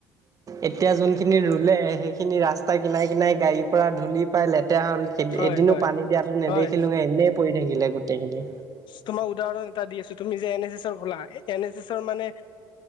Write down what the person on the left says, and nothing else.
হয়
হয়
হয়
তোমাৰ উদাহৰণ এটা দি আছো, তুমি যে এন এছ এছৰ খোলা এন এছ এছৰ মানে